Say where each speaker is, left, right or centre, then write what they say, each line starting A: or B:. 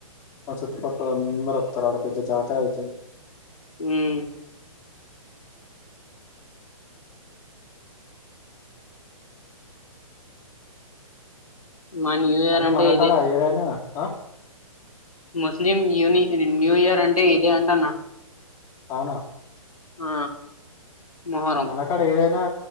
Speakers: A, on the left; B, on the left.
A: మా చుట్టుపక్కల అందరు వత్తరు ఆడ పెద్ద జాతర అయితది
B: ఉమ్ మా న్యూ ఇయర్
A: అయినా
B: అంటే
A: మనకాడ
B: ఇదే
A: ఏదైనా ఆ
B: ముస్లిం యూని న్యూ ఇయర్ అంటే ఇదే అంటన్నా
A: అవునా
B: ఆ మొహరం
A: మనకాడ ఏదైనా